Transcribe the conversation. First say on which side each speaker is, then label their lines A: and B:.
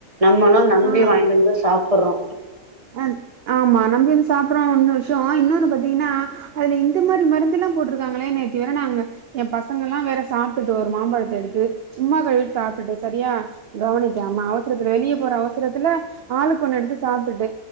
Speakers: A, on the right; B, on the right.
A: நம்மளு நம்பி
B: ஆ ஆ
A: வாங்கிட்டு வந்து சாப்பட்றோ
B: அ ஆமா நம்பி வந்து சாப்பட்றோ ஒண்ணு விஷ்யம். இன்னொன்னு பாத்தீங்ன்னா அதுல இந்த மாரி மருந்து எல்லா போட்டிருக்காங்ளே நேத்தி வேற நாங்க ஏ பசங்க எல்லா வேற சாப்ட்டுட்டு ஒரு மாம்பழத்த எடுத்து சும்மா கழுவிட் சாப்ட்டுட்டு சரியா கவனிக்காம அவசரத்தில வெளிய போற அவசரத்தில ஆளுக்கொண்ணு எடுத்து சாப்ட் ட்டு